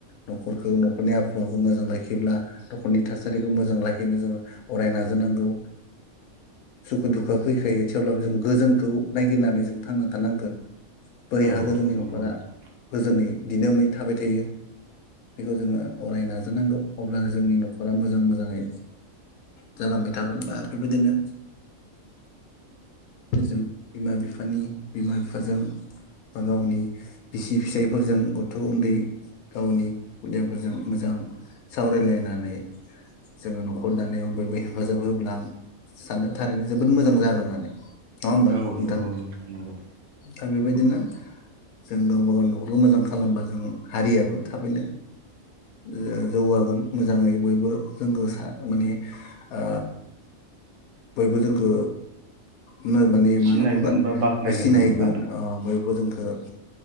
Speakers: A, on the left; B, on the right.
A: न'खरखौ नों नि आबहावाखौ मोजां लाय दिब्ला न'खरनि थासारि मोजां लाखिनो जोङो अराय नाजानांगौ सुखु दु खुवा फैखायो थेवब्लाबो जों गोजोनखौ नायगिरनानै जों थांना थानांगोन। बोरै
B: औ
A: हागो
B: औ
A: जोंनि
B: नंगौ
A: न'खरा‌।
B: नोंथां
A: गोजोनै दिदोमै थाबाय थायो बेखौ जोङो अराय नाजानांगौ अब्लानो जोंनि न'खरा मोजां मोजाङै जालांबाय थागोन बा बेबायदिनो फोरजों बिमा बिफानि बिमा बिफाजों बा गावनि बिसि फिसायफोरजों गथ' उन्दै गावनि खुदियाफोरजों मोजां सावरायलायनानै जोङो न'खर दानायाव बयबो हेफाजाब होब्ला सानो थारैनो जोब मोजां जागोन होननानै। नङा होमबा
B: औ
A: नोंथां?
B: नंगौ नंगौ
A: दा बेबायदिनो जों गावबा गाव न'खरखौ मोजां खालामबा जों हारियाबो थाबैनो ओ जौगागोन मोजाङै बयबो जोंखौ सा माने ओ बयबो जों खो मोनो माने मा
B: सिनायगोन
A: होनना बुंगोन
B: बा बाख्नायगोन
A: ओ सिनायगोन
B: आरोना
A: ओ बयबो जोंखो ओ